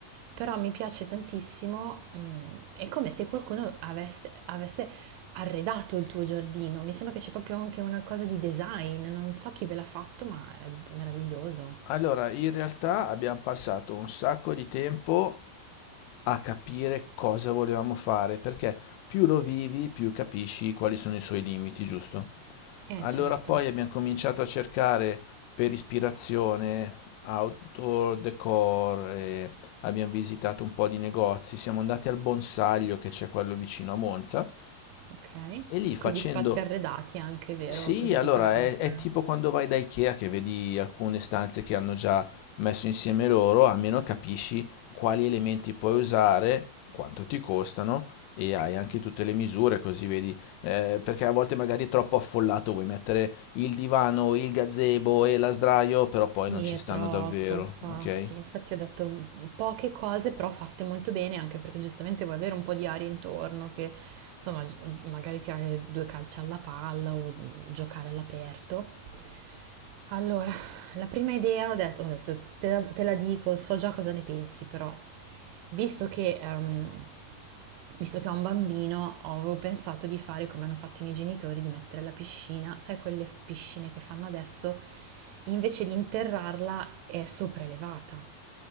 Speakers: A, on the right; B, on the left.
A: Però mi piace tantissimo, mh, è come se qualcuno avesse, avesse arredato il tuo giardino, mi sembra che c'è proprio anche una cosa di design, non so chi ve l'ha fatto, ma è meraviglioso.
B: Allora, in realtà abbiamo passato un sacco di tempo a capire cosa volevamo fare, perché più lo vivi, più capisci quali sono i suoi limiti, giusto?
A: Eh,
B: Allora
A: certo.
B: poi abbiamo cominciato a cercare per ispirazione outdoor decor, e abbiamo visitato un po' di negozi, siamo andati al Bonsaglio che c'è quello vicino a Monza
A: Ok.
B: e lì facendo...
A: Con gli spazi arredati anche, vero?
B: Sì,
A: Così
B: allora
A: ti fa... ah,
B: è,
A: Ok.
B: è tipo quando vai da Ikea che vedi alcune stanze che hanno già messo insieme loro, almeno capisci quali elementi puoi usare, quanto ti costano e hai anche tutte le misure così vedi, eh, perché a volte magari è troppo affollato, vuoi mettere il divano, il gazebo e la sdraio, però poi
A: Sì,
B: non ci
A: è
B: stanno
A: troppo,
B: davvero,
A: infatti.
B: ok?
A: Infatti ho detto poche cose, però fatte molto bene, anche perché giustamente vuoi avere un po' di aria intorno, che insomma, gi- magari tirare due calci alla palla o giocare all'aperto. Allora, la prima idea ho detto, ho detto, te la, te la dico, so già cosa ne pensi, però visto che, ehm, visto che ho un bambino, ho- avevo pensato di fare come hanno fatto i miei genitori, di mettere la piscina, sai quelle piscine che fanno adesso, invece di interrarla è sopraelevata,